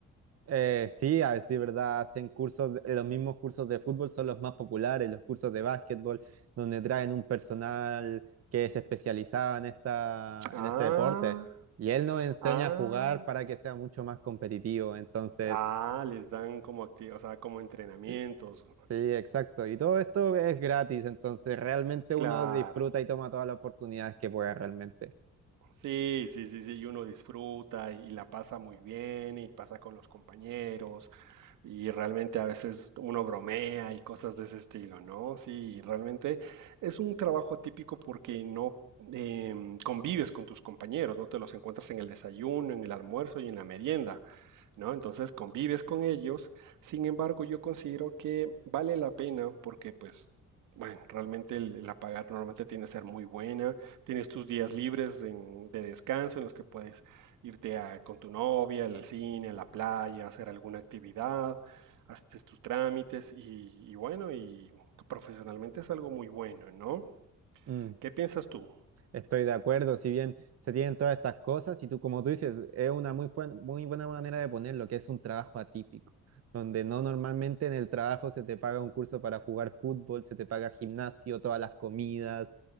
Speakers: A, on the right (about 55°); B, on the right (about 80°).
A: Eh, sí, a decir verdad, hacen cursos, de- los mismos cursos de fútbol son los más populares, los cursos de básquetbol, donde traen un personal que es especializado en esta,
B: Ah,
A: en este deporte, y él nos enseña
B: ah,
A: a jugar para que sea mucho más competitivo, entonces,
B: ah, les dan como acti- o sea, como entrenamientos.
A: sí, sí, exacto, y todo esto es gratis, entonces realmente uno
B: Claro.
A: disfruta y toma todas las oportunidades que pueda realmente.
B: Sí, sí, sí, sí, y uno disfruta y la pasa muy bien y pasa con los compañeros y realmente a veces uno bromea y cosas de ese estilo, ¿no? Sí, y realmente es un trabajo atípico porque no em, convives con tus compañeros, no te los encuentras en el desayuno, en el almuerzo y en la merienda, ¿no? Entonces convives con ellos, sin embargo yo considero que vale la pena porque pues... Bueno, realmente el, la paga normalmente tiende a ser muy buena Tienes tus días libres en- de descanso en los que puedes irte a- con tu novia al cine, a la playa, hacer alguna actividad, haces tus trámites y, y bueno, y profesionalmente es algo muy bueno, ¿no?
A: Mm.
B: ¿Qué piensas tú?
A: Estoy de acuerdo, si bien se tienen todas estas cosas, y tú, como tú dices, es una muy, buen- muy buena manera de ponerlo, que es un trabajo atípico, donde no normalmente en el trabajo se te paga un curso para jugar fútbol, se te paga gimnasio, todas las comidas,